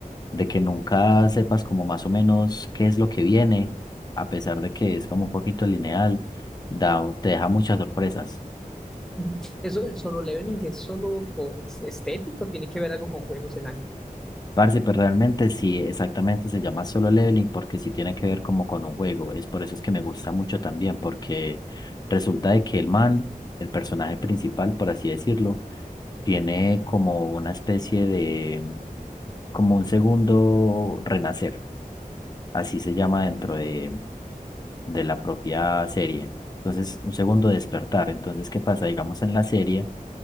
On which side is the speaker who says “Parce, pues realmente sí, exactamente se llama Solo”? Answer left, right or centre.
Left